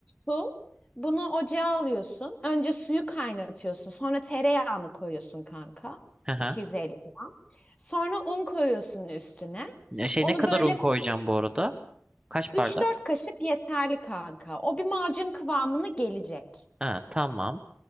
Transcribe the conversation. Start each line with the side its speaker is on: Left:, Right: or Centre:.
Left: su. Bunu ocağa alıyorsun. Önce suyu kaynatıyorsun. Sonra tereyağını koyuyorsun kanka.
Right: Hı hı.
Left: 250 gram. Sonra un koyuyorsun üstüne.
Right: E, Şey
Left: Onu
Right: ne kadar
Left: böyle
Right: un koyacağım bu arada? Kaç
Left: üç
Right: bardak?
Left: dört kaşık yeterli kanka. O bir macun kıvamına gelecek.
Right: Ha tamam.